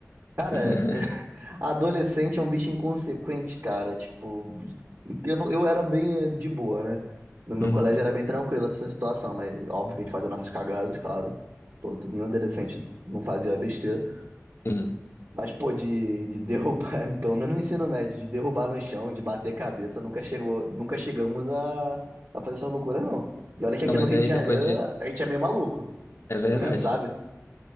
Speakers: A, on the right; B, on the left.
A: Cara,
B: <laughs>
A: Adolescente é um bicho inconsequente, cara. Tipo, eu, não- eu era bem eh, de boa, né? No meu
B: Uhum,
A: colégio era bem tranquila essa situação, mas óbvio que a gente fazia nossas cagadas, claro. Todo, nenhum adolescente não fazia besteira.
B: sim.
A: Mas, pô, de, de derrubar, <laughs> pelo menos no ensino médio, de derrubar no chão, de bater cabeça, nunca chegou, nunca chegamos a, a fazer essas loucuras, não. E olha que aqui
B: Não, mas
A: no Rio
B: aí
A: de Janeiro
B: depois disso,
A: a gente é meio maluco,
B: é verdade.
A: <laughs> sabe?